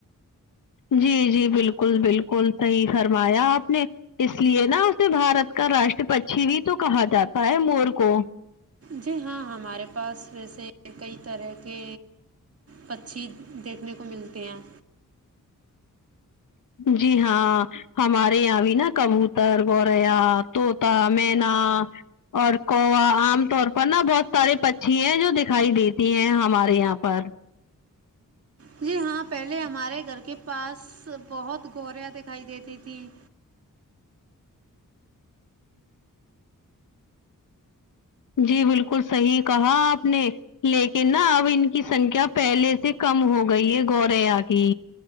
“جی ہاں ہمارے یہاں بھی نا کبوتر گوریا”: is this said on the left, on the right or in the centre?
Left